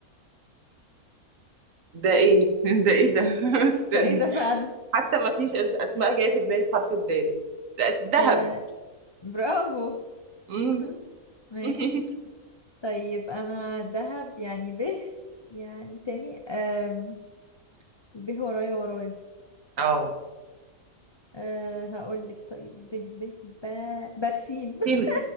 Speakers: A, on the right; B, on the left.
A: ده ايه <laughs> ده ايه ده <laughs> استني
B: ده إيه ده فعلا
A: حتى ما فيش اسماء جايه في دماغي بحرف الدال لا، دهب
B: أه برافو
A: مم.
B: <laughs> ماشي
A: <laughs>
B: طيب أنا دهب يعني به يعني تاني أم، به ورايا ورايا
A: اه
B: أه هقول لك طيب به به ب... برسيم <laughs>
A: فين